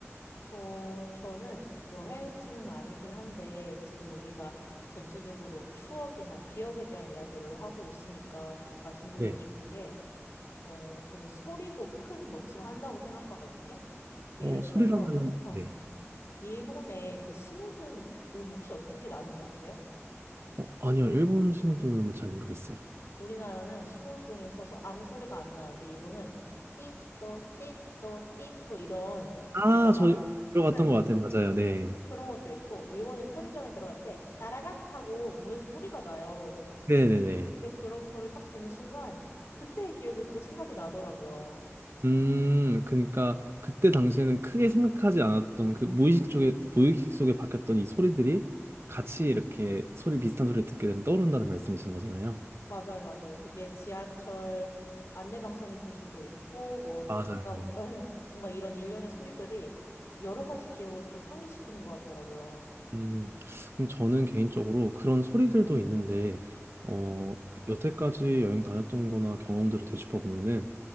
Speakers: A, on the left; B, on the right.
A: 어, 저는 여행지는 아니긴 한데, 지금 우리가 전체적으로 추억이나 기억에 대한 이야기를 하고 있으니까 말씀드리고
B: 네.
A: 싶은 게, 어, 저는 소리도 큰 몫을 한다고 생각하거든요. 예를
B: 어,
A: 들어서,
B: 소리라면
A: 어,
B: 네.
A: 일본의 그 신호등 음 혹시 어떻게 나는지 아세요?
B: 어, 아니요. 일본 신호등은 잘 모르겠어요.
A: 우리나라는 신호등에서 서- 아무 소리가 안 나는데, 일본은 띠또, 띠또, 띠또 이런
B: 아,
A: 소리가 나,
B: 저 들어갔던
A: 네,
B: 것 같아요. 맞아요. 네.
A: 그런 것도 있고, 일본은 편의점에 들어갈 때 따라락 하고 문에서 소리가 나요.
B: 네네네.
A: 근데 그런 거를 딱 듣는 순간, 그때의 기억이 또 생각이 나더라고요.
B: 음, 그러니까 그때 당시에는 크게 생각하지 않았던 그 무의식 쪽에, 무의식 속에 박혔던 이 소리들이 같이 이렇게 소리 비슷한 소리를 듣게 되면 떠오른다는 말씀이신 거잖아요.
A: 맞아요, 맞아요. 그게 지하철 안내 방송이 될 수도 있고, 뭐,
B: 맞아요.
A: 아까, 에이, 뭔가 이런 일련의 소리들이 여러 가지 기억을 좀 상기시키는 것 같더라고요.
B: 음, 그럼 저는 개인적으로 그런 소리들도 있는데, 어, 그 여태까지 여행 다녔던 거나 경험들을 되짚어보면은